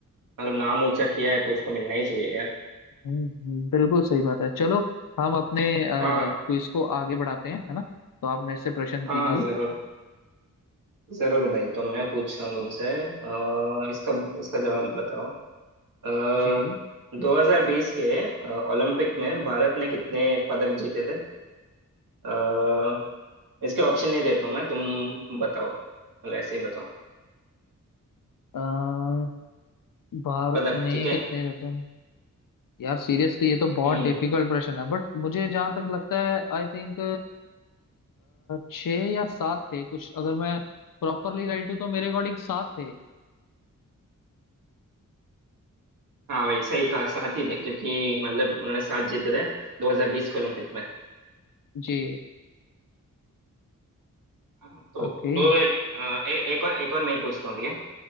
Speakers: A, on the right; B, on the left.
A: मतलब नाम ऊंचा किया है तो उसको मिलना ही चाहिए यार
B: हम्म, हम्म, बिल्कुल सही बात है चलो हम अपने क्विज
A: हाँ
B: को आगे बढ़ाते हैं है ना तो आप मेरे से प्रश्न कीजिए
A: हाँ हाँ जरूर जरूर भाई तो मैं पूछता हूँ तुमसे अ, इसका इसका जवाब बताओ अ,
B: जी
A: 2020 के अ, ओलंपिक में भारत ने कितने पदक जीते थे अ, इसके ऑप्शन नहीं देता हूँ मैं तुम बताओ मतलब ऐसे ही बताओ
B: अ, भारत
A: पदक
B: में
A: ठीक है
B: कितने रहते हैं यार सीरियसली ये तो बहुत
A: हम्म
B: डिफिकल्ट प्रश्न है बट मुझे जहां तक लगता है आई थिंक छः या सात थे कुछ अगर मैं प्रॉपरली राइट हूँ तो मेरे अकॉर्डिंग सात थे
A: हाँ भाई सही कहा साथ ही थे क्योंकि मतलब उन्होंने सात जीते थे 2020 के ओलंपिक में
B: जी
A: हाँ, तो
B: ओके
A: तो एक अ, ए, एक और एक और मैं ही पूछता हूँ ठीक है